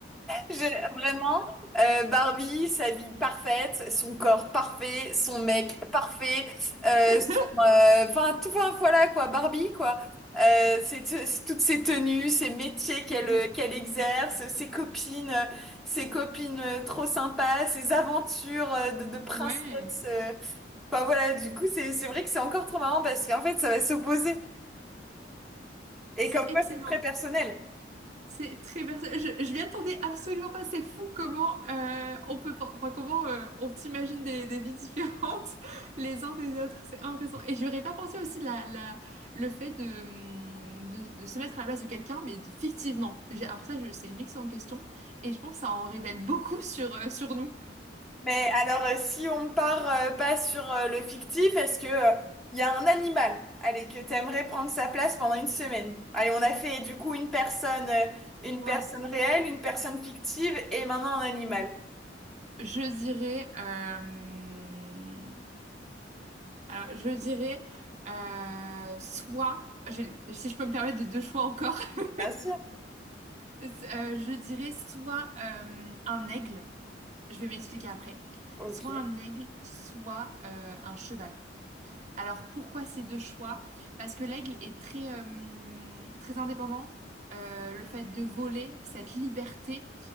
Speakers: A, in the centre; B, on the right.
A: je- vraiment, euh, Barbie, sa vie parfaite, son corps parfait, son mec parfait, euh,
B: <laughs>
A: son,
B: Mm.
A: euh, enfin, tout, enfin, voilà quoi, Barbie quoi. Euh, c'est, c'est toutes ses tenues, ses métiers qu'elle
B: Mm, mm.
A: euh, qu'elle exerce, ses copines, euh, ses copines euh, trop sympas, ses aventures euh, de, de princesse.
B: Ouais,
A: euh. Enfin voilà, du coup, c'est c'est vrai que c'est encore trop marrant parce qu'en fait, ça va s'opposer. Et
B: c'est
A: comme quoi,
B: excellent.
A: c'est très personnel.
B: C'est très personnel. Je, je m'y attendais absolument pas. C'est fou comment euh, on peut, pen- enfin comment euh, on t'imagine des, des vies différentes <laughs> les uns des autres. C'est impressionnant. Et j'aurais pas pensé aussi la, la, le fait de, hum, de, de se mettre à la place de quelqu'un, mais de- fictivement. J'ai- Alors ça, je, c'est une excellente question. Et je pense que ça en révèle beaucoup <laughs> sur euh, sur nous.
A: Mais alors, euh, si on part euh, pas sur euh, le fictif, est-ce que euh, il y a un animal, allez, que t'aimerais prendre sa place pendant une semaine? Allez, on a fait du coup une personne, euh, une
B: Ouais.
A: personne réelle, une personne fictive et maintenant un animal.
B: Je dirais, euh, alors je dirais euh, soit, j'ai- si je peux me permettre de deux choix encore. <laughs>
A: Bien sûr.
B: Euh, je dirais soit euh, un aigle, je vais m'expliquer après,
A: Ok.
B: soit un aigle, soit euh, un cheval. Alors pourquoi ces deux choix? Parce que l'aigle est très, euh, très indépendant. Euh, le fait de voler, cette liberté,